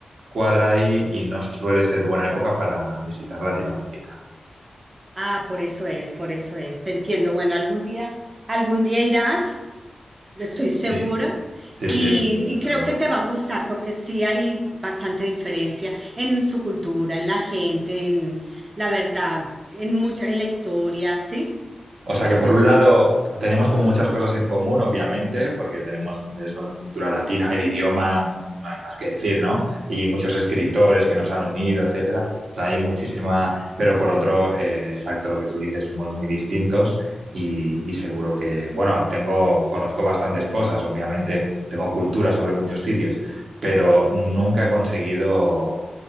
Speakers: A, on the right (about 80°); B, on the right (about 25°).
A: cuadra ahí y no suele ser buena época para visitar Latinoamérica.
B: Ah, por eso es, por eso es. Te entiendo. Bueno, algún día, algún día irás, estoy segura,
A: Sí, sí,
B: y,
A: sí, desde
B: y creo
A: luego.
B: que te va a gustar porque sí hay bastante diferencia en su cultura, en la gente, en la verdad, en mucho, en la historia, ¿sí?
A: O sea
B: Creo
A: que por
B: que
A: un
B: te
A: lado
B: gusta.
A: tenemos como muchas cosas en común, obviamente, porque tenemos eso, cultura latina, el idioma, no hay más que decir, ¿no? Y muchos escritores que nos han unido, etcétera. O sea, hay muchísima, pero por otro, eh, exacto lo que tú dices, somos muy distintos y, y seguro que, bueno, tengo, conozco bastantes cosas, obviamente, tengo cultura sobre muchos sitios, pero nunca he conseguido